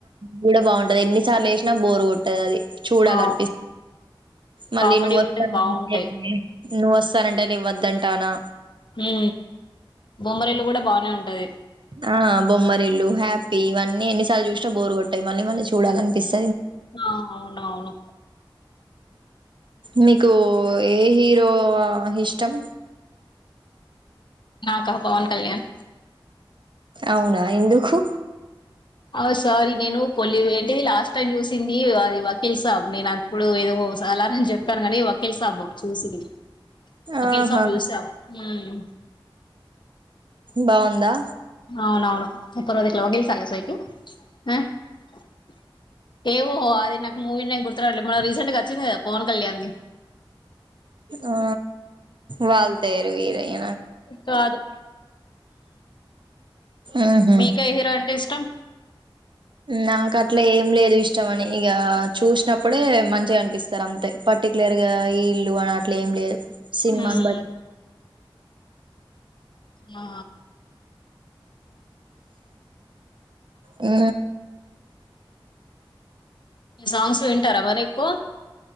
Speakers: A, on the right (about 60°); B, on the left (about 60°).
A: గూడా బాగుంటది ఎన్నిసార్లు యెసినా బోరుగొట్టదది చూడాల
B: ఆ
A: అనిపి మళ్ళీ
B: కామెడీ
A: నువ్వ
B: ఉంటది
A: వస్తానంటే
B: బాగుంటాయి
A: నువ్వ వస్తానంటే నేనొద్దంటానా
B: ఉ బొమ్మరీల్లు కూడా బాగానే ఉంటది
A: ఆ బొమ్మరిల్లు హ్యాపీ ఇవన్నీ ఎన్నిసార్లు చూసినా బోరు కొట్టాయి మళ్ళీ మళ్ళీ చూడాల అనిపిస్తుంది
B: ఆ అవును అవును
A: మీకు ఏ హీరో ఇష్టం
B: నాకా పవన్ కళ్యాణ్
A: అవునా ఎందుకు
B: ఆ సారీ నేను పొలి ఏంటిది లాస్ట్ టైమ్ చూసింది వకీల్ సాబ్ నేను అప్పుడు ఏదో చాల అని చెప్పాను కానీ వకీల్ సాబు చూసింది వకీల్
A: ఆహా
B: సాబ్ చూశా నేను
A: బాగుందా
B: అవునవును పర్వదకిలా వగిల్ సాల సయికి ఆ <unintelligible> ఏ ోహో అది నాకు మూవీ నేమ్ గుర్తున్నాట్లే మన రీసెంట్ గా వచ్చింది కదా పవన్ కళ్యాణ్ి
A: ఆ వాల్తేరు వీరయ్య
B: కాదు
A: ఉహు
B: మీకే హీరో అంటే ఇష్టం
A: నాకు అట్లా ఏం లేదు ఇష్టం అని ఇక చూసినప్పుడే మంచిగా అనిపిస్తారు అంతే పర్టికులర్ గా ఇల్లు అని అట్లే ఏం లేదు సినిమాని
B: మ్మ్.
A: బట్టి
B: ఆ
A: ఆ
B: మీ సాంగ్స్ వింటారా మరి ఎక్కువ